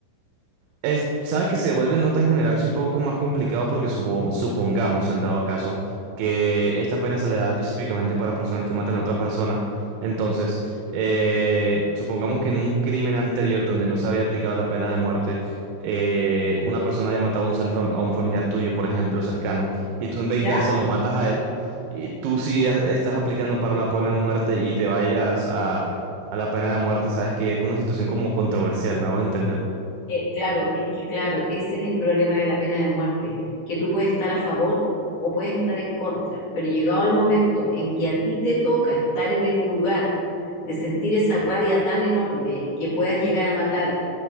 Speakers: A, on the right; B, on the left.
A: es- sabes que se vuelve nota en general sí un poco más complicado porque supo- supongamos, en dado caso, que esta pena se le da específicamente para personas que matan a otra persona. Entonces, eh, supongamos que en un crimen anterior donde no se había aplicado la pena de muerte, eh, una persona haya matado a un ser fam- a un familiar tuyo, por ejemplo, cercano, y tú en venganza
B: ya
A: lo matas a él, y tú sí a- estás aplicando para la pena de muerte y te vayas a, a la pena de muerte, sabes que es una situación como controversial, me hago entender.
B: Eh, claro, es que claro, ese es el problema de la pena de muerte, que tú puedes estar a favor o puedes estar en contra, pero llegado el momento en que a ti te toca estar en el lugar de sentir esa rabia tan enorme que puedas llegar a matar